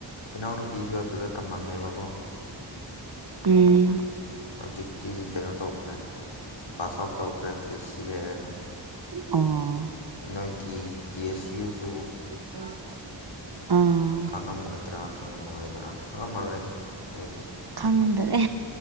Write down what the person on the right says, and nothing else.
ꯎꯝ
ꯑꯣ
ꯑꯥ
ꯈꯪꯗꯔꯦ